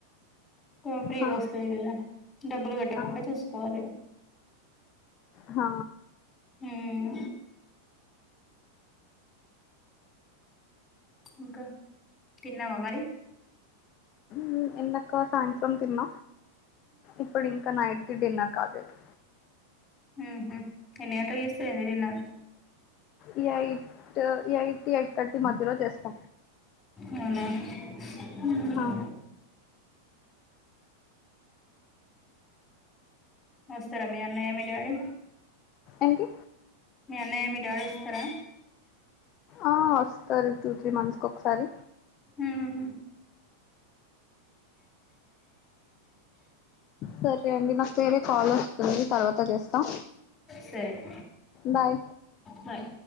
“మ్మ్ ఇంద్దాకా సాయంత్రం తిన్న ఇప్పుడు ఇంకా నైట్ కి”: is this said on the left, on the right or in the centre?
Left